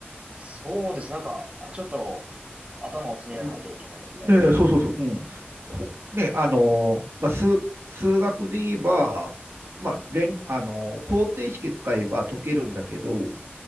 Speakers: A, on the right; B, on the right.
A: そうです。なんか、あ、ちょっと頭をひねらなきゃいけないみたいな。
B: うん、ね、そうそうそう。うん、こね、あのー、まあ、数、数学で言えば、まあ、連、あのー、方程式使えば解けるんだけど、